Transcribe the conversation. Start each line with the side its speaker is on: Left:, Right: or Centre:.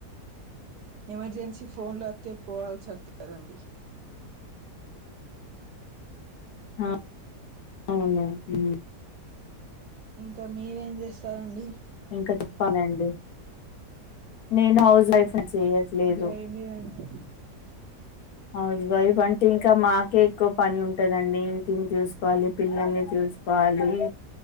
Right: ఎమర్జెన్సీ ఫోన్లత్తే పోవాల్సత్తదండి.
Left: ఆ అవునా? ఉమ్
Right: ఇంక మీరేం జేస్తారండీ?
Left: ఇంక చెప్పాలండి నేను హౌస్ వైఫ్నన్ చేయట్లేదు.
Right: ఇంకా ఏం లేదండి
Left: హౌస్ వైఫ్ అంటే ఇంకా మాకే ఎక్కువ పనుంటదండి. ఇంటిన్జూస్కోవాలి పిల్లల్ని జూస్ వాలీ